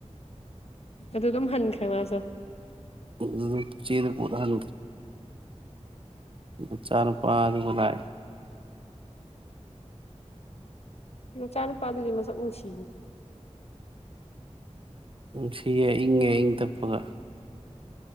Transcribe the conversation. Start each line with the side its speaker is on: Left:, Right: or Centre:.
Left: ꯑꯗꯨ ꯑꯗꯨꯝ ꯍꯟꯈ꯭ꯔꯦ ꯃꯥꯁꯨ
Right: <unintelligible> ꯆꯦꯗꯣ ꯄꯨꯔꯥ ꯍꯟ ꯃꯆꯥꯅꯨꯄꯥꯗꯨꯒ ꯂꯥꯛꯑꯦ
Left: ꯃꯆꯥꯅꯨꯄꯥꯗꯨꯗꯤ ꯃꯁꯛ ꯅꯨꯡꯁꯤꯅꯤ
Right: ꯅꯨꯡꯁꯤꯌꯦ ꯏꯪꯉꯦ ꯏꯪ ꯇꯞꯄꯒ